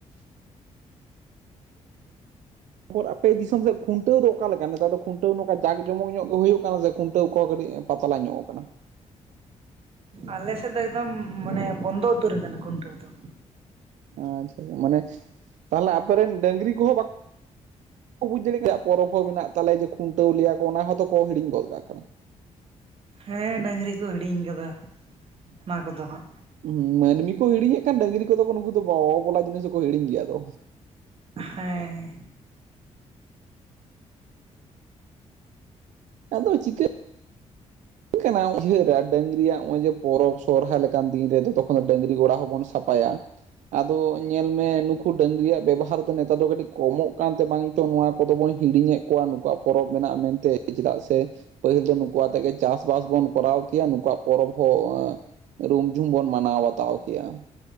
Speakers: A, on the right; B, on the right.
A: ᱯᱚᱨ ᱟᱯᱮ ᱫᱤᱥᱚᱢ ᱥᱮᱫ ᱠᱷᱩᱱᱴᱟᱹᱣ ᱫᱚ ᱚᱠᱟ ᱞᱮᱠᱟ ᱱᱮᱛᱟᱨ ᱫᱚ ᱠᱷᱩᱱᱴᱟᱹᱣ ᱱᱚᱝᱠᱟ ᱡᱟᱠ ᱡᱚᱢᱚᱠ ᱧᱚᱜ ᱜᱮ ᱦᱩᱭᱩᱜ ᱠᱟᱱᱟ ᱥᱮ ᱠᱷᱩᱱᱴᱟᱹᱣ ᱠᱚ ᱠᱟᱹᱴᱤᱡ ᱯᱟᱛᱞᱟ ᱧᱚᱜ ᱟᱠᱟᱱᱟ?
B: ᱟᱞᱮ ᱥᱮᱫ ᱫᱚ ᱮᱠᱫᱚᱢ ᱢᱟᱱᱮ ᱵᱚᱱᱫᱚ ᱩᱛᱟᱹᱨ ᱟᱠᱟᱱᱟ ᱠᱷᱩᱱᱴᱟᱹᱣ ᱫᱚ᱾
A: ᱟᱪᱪᱷᱟ ᱪᱟᱷᱟ ᱢᱟᱱᱮ ᱛᱟᱦᱟᱞᱮ ᱟᱯᱮ ᱨᱮᱱ ᱰᱟᱹᱝᱨᱤ ᱠᱚᱦᱚᱸ ᱵᱟ ᱵᱩᱡᱽ ᱫᱟᱲᱮ <inaudible> ᱯᱚᱨᱚᱵᱽ ᱦᱚᱸ ᱢᱮᱱᱟᱜ ᱛᱟᱞᱮᱭᱟ ᱡᱮ ᱠᱷᱩᱱᱴᱟᱹᱣ ᱞᱮᱭᱟ ᱠᱚ ᱚᱱᱟ ᱦᱚᱸᱛᱚ ᱠᱚ ᱦᱤᱲᱤᱧ ᱜᱚᱫ ᱠᱟᱜ ᱠᱟᱱᱟ᱾
B: ᱦᱮᱸ ᱰᱟᱹᱝᱨᱤ ᱠᱚ ᱦᱤᱲᱤᱧ ᱟᱠᱟᱫᱟ ᱚᱱᱟ ᱠᱚᱫᱚ ᱦᱟᱸᱜ᱾
A: ᱦᱩᱸ ᱢᱟᱹᱱᱢᱤ ᱠᱚ ᱦᱤᱲᱤᱧᱮᱫ ᱠᱷᱟᱱ ᱰᱝᱨᱤ ᱠᱚᱫᱚ ᱠᱚ ᱱᱩᱠᱩ ᱫᱚ ᱵᱟ ᱚᱵᱚᱞᱟ ᱡᱤᱱᱤᱥ ᱫᱚᱠᱚ ᱦᱤᱲᱤᱧ ᱜᱮᱭᱟ ᱛᱚ᱾
B: ᱦᱮᱸ᱾
A: ᱟᱫᱚ ᱪᱤᱠᱟᱹ ᱠᱟᱱᱟ ᱩᱭᱦᱟᱹᱨᱟ ᱰᱟᱹᱝᱨᱤᱭᱟᱜ ᱦᱚᱸᱜᱼᱚᱭ ᱡᱮ ᱯᱚᱨᱚᱵᱽ ᱥᱚᱨᱦᱟᱭ ᱞᱮᱠᱟᱱ ᱫᱤᱱ ᱨᱮ ᱫᱚ ᱛᱚᱠᱷᱚᱱ ᱫᱚ ᱰᱟᱹᱝᱨᱤ ᱜᱚᱲᱟ ᱦᱚᱸᱵᱚᱱ ᱥᱟᱯᱟᱭᱟ᱾ ᱟᱫᱚ ᱧᱮᱞ ᱢᱮ ᱱᱩᱠᱩ ᱰᱟᱹᱝᱨᱤᱭᱟᱜ ᱵᱮᱵᱚᱦᱟᱨ ᱫᱚ ᱱᱮᱛᱟᱨ ᱫᱚ ᱠᱟᱹᱴᱤᱡ ᱠᱚᱢᱚᱜ ᱠᱟᱱᱛᱮ ᱵᱟᱝ ᱪᱚ ᱱᱚᱣᱟ ᱠᱚᱫᱚ ᱵᱚᱱ ᱦᱤᱲᱤᱧᱮᱫ ᱠᱚᱣᱟ ᱱᱩᱠᱩᱣᱟᱜ ᱯᱚᱨᱚᱵᱽ ᱢᱮᱱᱟᱜᱼᱟ ᱢᱮᱱᱛᱮ ᱪᱮᱫᱟᱜ ᱥᱮ ᱯᱟᱹᱦᱤᱞ ᱫᱚ ᱱᱩᱠᱩ ᱟᱛᱮᱜᱮ ᱪᱟᱥᱵᱟᱥ ᱵᱚᱱ ᱠᱚᱨᱟᱣ ᱠᱮᱭᱟ ᱱᱩᱠᱩᱣᱟᱜ ᱯᱚᱨᱚᱵᱽ ᱦᱚᱸ ᱨᱩᱢ ᱡᱷᱩᱢ ᱵᱚᱱ ᱢᱟᱱᱟᱣ ᱵᱟᱛᱟᱣ ᱠᱮᱭᱟ᱾